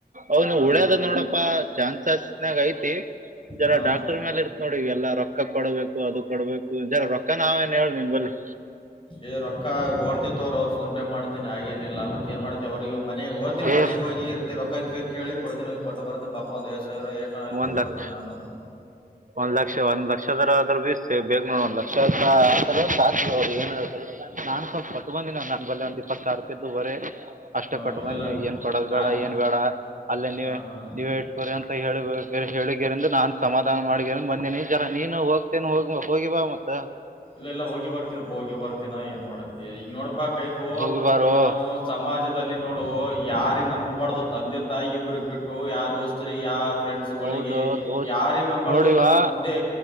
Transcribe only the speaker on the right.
ಅವನು
ಉಳ್ಯದ ನೋಡಪ ಚಾನ್ಸಸ್ನಾಗ ಐತಿ. ಜರ
ಡಾಕ್ಟರ್ ಮೇಲ್ ಇರ್ತದ ನೋಡಿ ಈಗ ಎಲ್ಲ ರೊಕ್ಕ ಕೊಡ್ಬೇಕು ಅದು ಕೊಡ್ಬೇಕು ಜರ ರೊಕ್ಕ ನಾವೇ ಏನ್ ಹೇಳ ನಿನ್ ಬಲ್ಲಿ.
ಏ
ಒಂದ್ ಲಕ್ಷ
ಒಂದ್ ಲಕ್ಷ ಒಂದ್ ಲಕ್ಷದರ ಆದ್ರೂ ಬೀಿಸ ಬೇಕ್ ನೋಡ ಒಂದ್ ಲಕ್ಷ ಆದ್ರ ಸಾಧ್ಯ ಏನ ನಾನ್ ಸ್ವಲ್ಪ ಹೊಟ್ಟು ಬಂದನವ ನನ್ ಬಲ್ಲೆ ಒಂದ್ ಇಪ್ಪತ್ತು ಸಾರು ತ್ದು ಬರೇ ಅಷ್ಟೇ
ಕಟ್
ಬಂದ್ ನೀ ಏನ್ ಕೊಡೋದ ಬೇಡ
ಏನ್ ಬೇಡ ಅಲ್ಲೇ ನೀವೇ
ನೀವೇ ಇಟ್ಕೋರಿಿ ಅಂತ ಹೇಳಿ ಹೇಳರಿಂದ ನಾನು ಸಮಧ ನ್ ಮಾಡಿ ಬಂದೇನಿ ಜರ ನೀನು ಹೋಗ್ತೇನೆ ಹೋಗಿ ಹೋಗಿಿವಾ ಮತ್ತ
ಹೋಗಿ ಬಾರೋ
ಹೌದು ದೋಸ್ತ್
ನೋಡಿವಾ